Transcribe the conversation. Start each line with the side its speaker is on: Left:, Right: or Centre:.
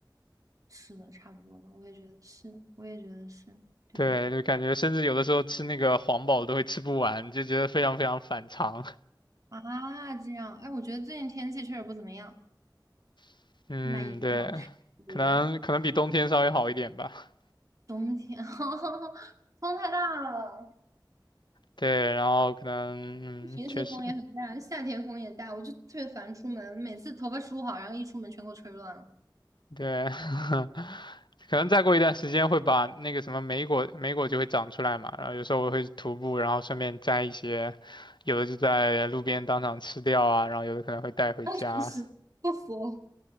Right: 是的，差不多了，我也觉得是，我也觉得是对的
Left: <laughs> 对，就感觉甚至有的时候吃那个黄堡都会吃不完，就觉得非常非常反常。
Right: 啊。这样，哎，我觉得最近天气确实不怎么样。
Left: <laughs> 嗯，
Right: 蛮影响是
Left: 对，可能可能比冬天稍微好一点吧。
Right: 的，冬天 <laughs> 风太大了，
Left: 对，然后可能嗯，
Right: 平时风也很大，
Left: 确实。
Right: 夏天风也大，我就特别烦出门，每次头发梳好，然后一出门全给我吹乱了，
Left: 对，<laughs> 可能再过一段时间会把那个什么莓果，莓果就会长出来嘛。然后有时候我会徒步，然后顺便摘一些，有的就在路边当场吃掉啊，然后有的可能会带回家。
Right: 当场吃不服，